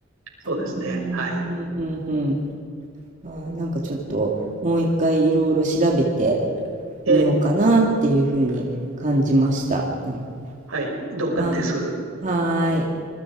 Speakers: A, on the right; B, on the right.
A: そうですね。
B: うん、
A: はい。
B: うん、うん、うん。あー、なんかちょっともう一回いろいろ調べて
A: ええ、
B: みようかなっていうふうに感じました。なん
A: はい、同感です。
B: はい。はーい。